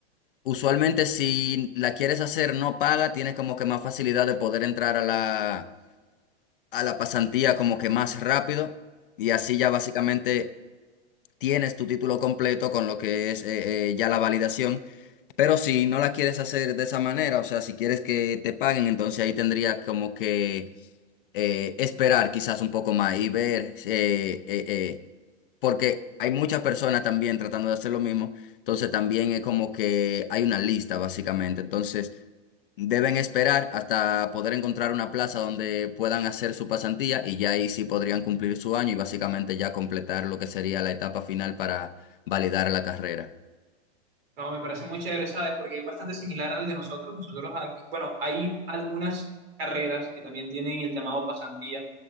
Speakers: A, on the left (about 55°); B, on the right (about 60°).
A: Usualmente si la quieres hacer no paga, tienes como que más facilidad de poder entrar a la, a la pasantía como que más rápido y así ya básicamente tienes tu título completo con lo que es eh, eh, ya la validación. Pero si no la quieres hacer de esa manera, o sea, si quieres que te paguen, entonces ahí tendría como que eh, esperar quizás un poco más y ver, eh, eh, eh, porque hay muchas personas también tratando de hacer lo mismo, entonces también es como que hay una lista básicamente, entonces deben esperar hasta poder encontrar una plaza donde puedan hacer su pasantía y ya ahí sí podrían cumplir su año y básicamente ya completar lo que sería la etapa final para validar la carrera.
B: No, me parece muy chévere, ¿sabes? Porque es bastante similar al de nosotros. Nosotros aquí, bueno, hay algunas carreras que también tienen el llamado pasantía,